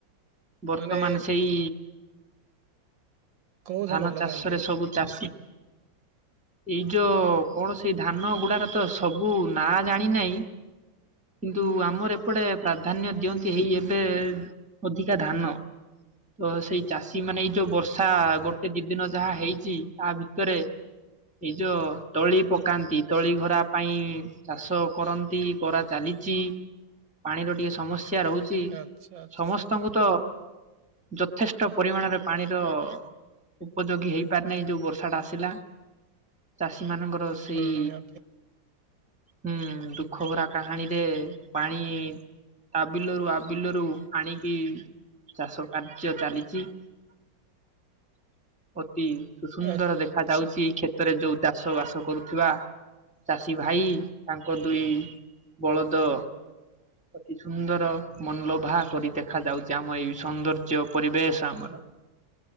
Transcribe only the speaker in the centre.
ବର୍ତ୍ତମାନ
ସେଇ
ଧାନ
ଚାଷରେ ସବୁ ଚାଷୀ ଏଇ ଯୋଉ କଣ ସେଇ ଧାନ ଗୁଡାର ତ ସବୁ ନାଁ ଜାଣି ନାହିଁ <inaudible> କିନ୍ତୁ ଆମର ଏପଟେ ପ୍ରାଧାନ୍ୟ ଦିଅନ୍ତି ହେଇ ଏବେ ଅଧିକା ଧାନ। ତ ସେଇ ଚାଷୀ ମାନେ ଏଇ ଯୋଉ ବର୍ଷା ଗୋଟେ ଦି ଦିନ ଯାହା ହେଇଚି ତା ଭିତରେ ଏଇ ଯୋଉ ତଳି ପକାନ୍ତି ତଳି ଘରା ପାଇଁ ଚାଷ କରନ୍ତି କରା ଚାଲିଚି ପାଣିର ଟିକେ ସମସ୍ୟା ରହୁ ଚି
ସମସ୍ତଙ୍କୁ ତ ଯଥେଷ୍ଟ ପରିମାଣରେ ପାଣିର ଉପଯୋଗୀ ହେଇପାରି ନାହିଁ ଯୋଉ ବର୍ଷା ଟା ଆସିଲା ଚାଷୀ ମାନଙ୍କର ସେଇ
ହୁଁ ଦୁଃଖ ଭରା କାହାଣୀରେ ପାଣି ତା ବିଲରୁ ଆବିଲରୁ ଆଣିକି ଚାଷ କାର୍ଯ୍ୟ ଚାଲିଚି। <unintelligible> ସୁନ୍ଦର
ଦେଖାଯାଉଚି ଏଇ କ୍ଷେ ତରେ ଯୋଉ ଚାଷ ବାସ କରୁଥିବା ଚାଷୀ ଭାଇ ଓ ଦୁଇ ବଳଦ ଅତି ସୁନ୍ଦର ମନଲୋଭା କରି ଦେଖାଯାଉଚି ଆମ ଏଇ ସୌନ୍ଦର୍ଯ୍ୟ ପରିବେଶ ଆମର।